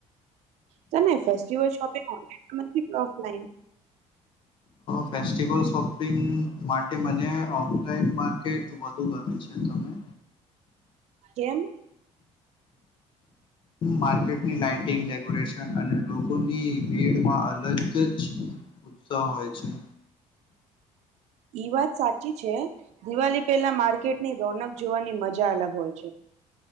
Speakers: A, on the right; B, on the left.
A: તો મે ફેસ્ટિવલ શોપિંગ ઓનલાઈન કરો કે ઓફલાઈન
B: ફેસ્ટિવલ શોપિંગ માટે મને ઓફલાઈન માર્કેટ વધુ ગમે છે તમે
A: કેમ
B: માર્ટની લાઇટિંગ ડેકોરેશન અને લોકોની ભીડમાં અલગ જ ઉ ઉત્સા હોય છે.
A: ઈ વાત સાચી છે દિવાળી પહેલા માર્કેટની રોનક જોવાની મજા અલગ હોય છે.